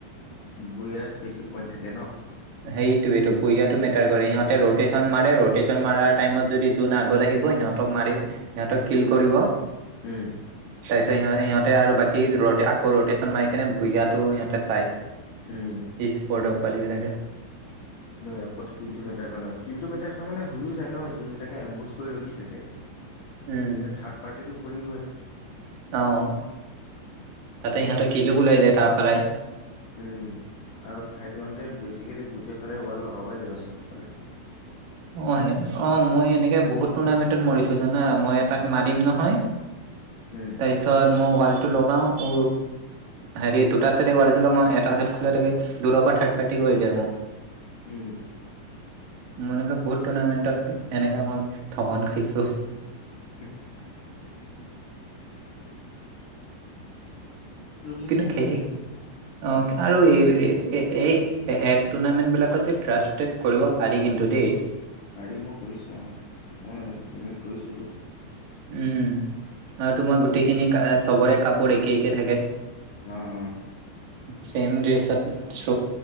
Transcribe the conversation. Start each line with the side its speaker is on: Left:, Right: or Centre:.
Left: বুইয়াত বেছি পইন থাকে ন!
Right: সেইটোৱেটো বুইয়াতো মেটাৰ কৰে সিহঁতে ৰটেচন মাৰে ৰটেচন মাৰাৰ টাইমত যদি যোন আগত আহি আহিব সিহঁতক মাৰি সিহঁতক কিল কৰিব।
Left: উম।
Right: তাৰ পিছত সিহ - সিহঁতে আৰু বাকী ৰ আকৌ ৰটেচন মাৰি কেনে বুইয়াতো সিহঁতে চাই
Left: উম
Right: ই স্পটৰ পোৱালি বিলাকে।
Left: নহয় এপত কিলটো মেটাৰ কৰা ন' কিলটো মেটাৰ কৰা মানে হৈ অ যায় ন যোনবিলাকে এম্বুজ কৰি ৰখি থাকে। কে,
Right: উম,
Left: কিন্তু থাৰ্ড পাৰ্টিটো কৰিবই।
Right: অ' তাতে
Left: সেইকাৰণে
Right: সিহঁতে কিল ও ওলাই যায় তাৰ পাৰাই।
Left: উম আৰু ফাইট লওঁতে বেচিকেলি গোট ফালে ওৱাল লগাবই লাগিব চবফালে।
Right: অ অ মই এনেকে বহুত টুৰ্ণামেন্টত মৰিছো জানা মই এটা মাৰিম নহয়
Left: উম
Right: তাৰপিছত মই লগাও উ হেৰি দুটা চাইড ৱালটো লগাও এটা চাই খোলা থাকে দূৰৰ পৰা থাৰ্ড পাৰ্টি দিয়া মোক
Left: উম
Right: মনে বহুত টুৰ্ণামেন্টত এনেকা মই ঠগন খাইছো
Left: উ ৰোট্শন
Right: কিন্তু খে
Left: মেইন
Right: অ আৰু এই এ টুৰ্ণামেণ্ট বিলাকত যে ত্ৰাসষ্ট কৰিব পাৰি কিন্তু দেই
Left: পাৰি মই কৰিছোঁ অ মই পে'মেণ্ট কৰিছোঁতো
Right: উম আৰু তোমাৰ গোটেইখিনি চবৰে কাপোৰ একে একে থাকে
Left: আহ আহ
Right: চেম ড্ৰেছ